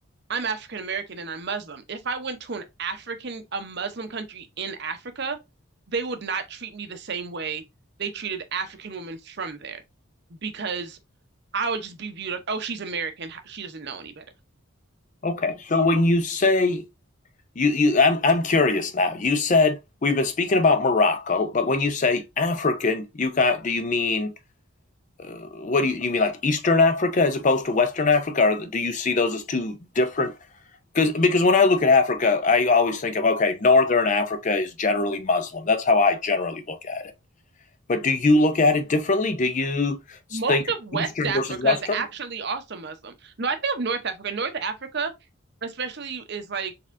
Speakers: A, on the right (about 50°); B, on the left (about 35°).
A: I'm African American and I'm Muslim. If I went to an African, a Muslim country in Africa, they would not treat me the same way they treated African women from there because I would just be viewed like, oh, she's American. She doesn't know any better.
B: Okay. So when you say you you I'm I'm curious now. You said we've been speaking about Morocco, but when you say African, you got do you mean uh, what do you, you mean like Eastern Africa as opposed to Western Africa? Or do you see those as two different because because when I look at Africa, I always think of okay, Northern Africa is generally Muslim. That's how I generally look at it. But do you look at it differently? Do you
A: most
B: think
A: of West
B: Eastern
A: Africa
B: versus Western?
A: is actually
B: Uh,
A: also Muslim. No, I think of North Africa. North Africa, especially, is like